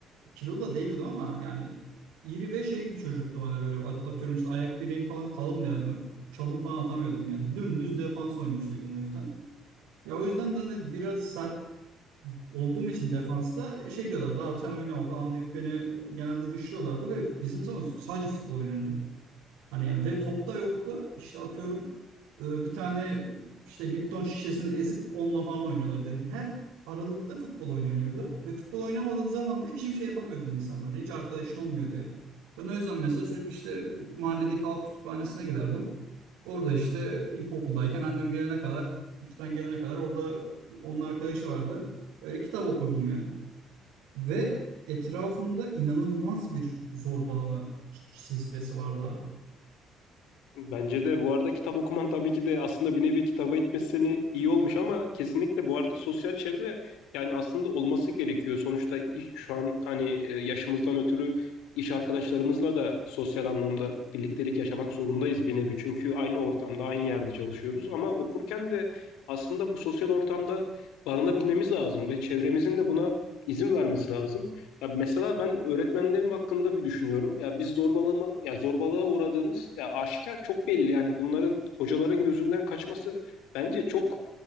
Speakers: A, on the right (about 70°); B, on the left (about 70°).
A: kilolu da değildim ama yani iri ve şey bir çocuktu hani böyle at- atıyorum işte ayak bileğim falan kalındı yani çalım falan atamıyordum yani dümdüz defans oyuncusuydum o yüzden. Ya o yüzden de hani biraz sert olduğum için defansta şey diyorlardı abi sen oynama falan deyip beni genelde dışlıyorlardı ve bizim zaman sadece futbol oynanıyor. Hani ve top da yoktu. İşte atıyorum e, bir tane işte Lipton şişesini ezip onunla falan oynuyorlar dedi. Her aralıkta futbol oynanıyordu ve futbol oynamadığın zaman da hiçbir şey yapamıyordun insanlara. Hiç arkadaşın olmuyordu yani. Ben o yüzden mesela sürekli işte mahalledeki halk kütüphanesine giderdim. Orada işte ilkokuldayken annem gelene kadar, işten gelene kadar orada onun arkadaşı vardı. Böyle kitap okurdum yani. Ve etrafımda inanılmaz bir zorbalama silsilesi vardı abi.
B: Bence de bu arada kitap okuman tabii ki de aslında bir nevi kitaba itmesi seni iyi olmuş ama kesinlikle bu arada sosyal çevre yani aslında olması gerekiyor. Sonuçta iş- şu an hani e, yaşımızdan ötürü iş arkadaşlarımızla da sosyal anlamda birliktelik yaşamak zorundayız bir nevi. Çünkü aynı ortamda aynı yerde çalışıyoruz ama okurken de aslında bu sosyal ortamda barınabilmemiz lazım ve çevremizin de buna izin vermesi lazım. Ya mesela ben öğretmenlerim hakkında bir düşünüyorum. Ya biz zorbalama, ya zorbalığa uğradığımız ya aşikar çok belli. Yani bunların hocaların gözünden kaçması bence çok